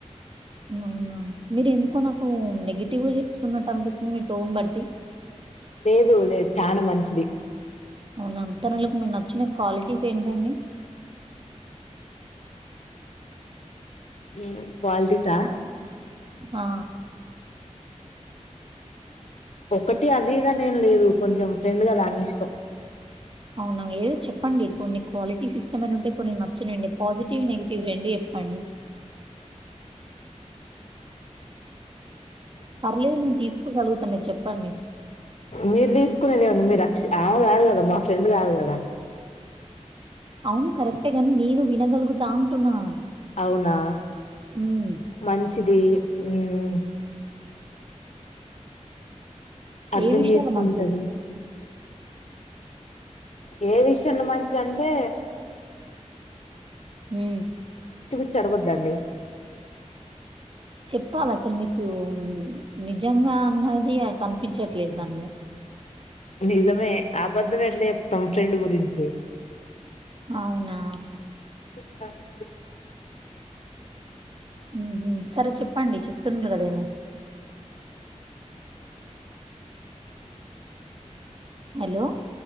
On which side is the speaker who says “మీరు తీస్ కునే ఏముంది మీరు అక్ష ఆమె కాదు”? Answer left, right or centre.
Left